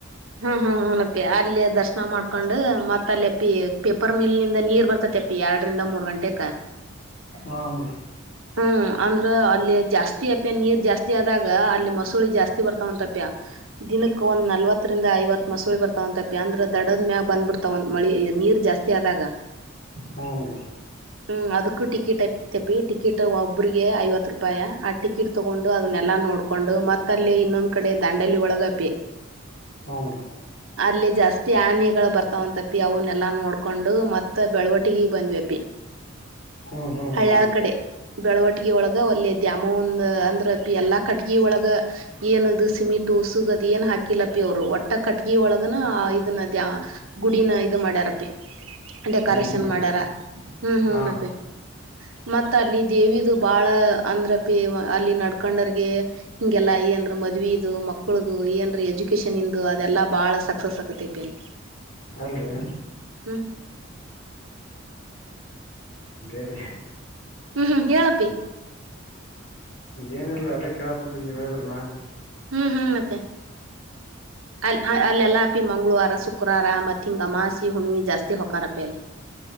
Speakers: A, on the right (about 85°); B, on the left (about 55°).
A: ಹ್ಮ್ ಹ್ಮ್ ಹ್ಮ ಅಪ್ಪಿ ಅಲ್ಲಿ ದರ್ಶನ ಮಾಡ್ಕೊಂಡು ಮತ್ ಅಲ್ಲಿ ಅಪ್ಪಿ ಪೇಪರ್ ಮಿಲ್ಂದ ನೀರ್ ಬರ್ತತಿ ಅಪ್ಪಿ ಎರಡರಿಂದ ಮೂರು ಗಂಟೆಕ್ಕ
B: ಹಾ ಅಮ್ಮಿ
A: ಹ್ಮ್ ಅಂದ್ರ ಅಲ್ಲಿ ಜಾಸ್ತಿ ಅಪ್ಯ ನೀರ್ ಜಾಸ್ತಿ ಆದಾಗ ಅಲ್ಲಿ ಮಸೂಳೆ ಜಾಸ್ತಿ ಬರ್ತಾವಂತಪ್ಯ ದಿನಕ್ಕ ಒಂದ್ ನಲ್ವತ್ತು ಹತ್ತರಿಂದ ಐವತ್ ಮಸೂಳಿ ಬರ್ತಾವಂತಪಿ ಅಂದ್ರೆ ದಡದ ಮ್ಯಾಗ ಬಂದ್ ಬಿಡ್ತಾವ ಮಳಿ ನೀರ್ ಜಾಸ್ತಿ ಆದಾಗ
B: ಹಂಗೆ
A: ಹ್ಮ್ ಅದಕ್ಕೂ ಟಿಕೆಟ್ ಐತಪಿ ಟಿಕೆಟ್ ಒಬ್ರಿಗೆ ಐವತ್ ರೂಪಾಯಿ ಆ ಟಿಕೆಟ್ ತಗೊಂಡು ಅದನ್ನೆಲ್ಲ ಎಲ್ಲ ನೋಡ್ಕೊಂಡು ಮತ್ತಲ್ಲಿ ಇನ್ನೊಂದ್ ಕಡೆ ದಂಡಲಿ ಒಳಗಪಿ
B: ಹ್ನ್ ರೀ
A: ಅಲ್ಲಿ ಜಾಸ್ತಿ ಆನಿಗಳು ಬರ್ತಾವಂತಪಿ ಅವನ್ನೆಲ್ಲಾ ನೋಡ್ಕೊಂಡು ಮತ್ತ ಬೆಳವಟಿಗ ಬಂದ್ವಿಪಿ
B: ಹ್ಞೂ
A: ಹಳಳ್
B: ಹ್ಞೂ
A: ಕಡೆ ಬೆಳವಟ್ಟಗಿ ಒಳಗ ಒಲ್ಲೆ ಧ್ಯ್ಯಾಮಂದ ಅಂದ್ರ ಎಲ್ಲಾ ಕಟ್ಗಿ ಒಳಗ ಏನದು ಸಿಮಿಂ ಟೂಸು ಗದಿಯನ್ ಹಾಕಿ ಕಿಲಪಿ ಅವರು ಒಟ್ಟ ಕಟ್ಗಿ ಒಳಗನ ಇದನ್ನ ದ ಗುಡಿನ ಇದು ಮಾಡ್ಯಾರಪಿ ಡೆಕೋರೇಶನ್
B: ಗುಡಿ ಮಾಡ್ರಿ
A: ಮಾಡ್ಯಾರ ಹ್ಮ್ ಹ್ಮ್ನಪೇ
B: ಹಾಂ
A: ಮತ್ತ ಅಲ್ಲಿ ದೇವಿದು ಬಾಳ ಅಂದ್ರ ಪಿ ಅಲ್ಲಿ ನಡ್ಕೊಂಡರ್ಗೆ ಹಿಂಗೆಲ್ಲಾ ಏನರ ಮದವಿದು ಇದು ಮಕ್ಕಳದು ಏನ್ರ ಎಜು ಎಜುಕೇಶನ್ ಇಂದು ಅದೆಲ್ಲಾ ಬಾಳ ಸಕ್ಸಸ್ ಆಗುತ್ತೆ ಪಲ್ಲಿ
B: ಅಲ್ರಿ
A: ಹಾ
B: ಏರಿ
A: ಹ್ಮ್ ಹ್ಮ್ ಹೇಳಪ್ಪಿ
B: ಏನಿಲ್ಲ ಲೀ ಅದೇ ಕೇಳಾಕ್ ಕುಂತಿದ್ ನೀವು ಹೇಳಿದ್ರಲ್ಲಾ
A: ಹ್ಮ್ ಹ್ಮ್ ಮತ್ತೆ ಅ ಅಲ್ಲೆಲ್ಲಾ ಅಪಿ ಮಂಗಳವಾರ ಶುಕ್ರವಾರ ಮತ್ ಹಿಂಗ ಹಮಾಸಿ ಹುಣವಿ ಜಾಸ್ತಿ ಹೂಕಾರಪ್ಪಿ ಅಲ್ಲಿ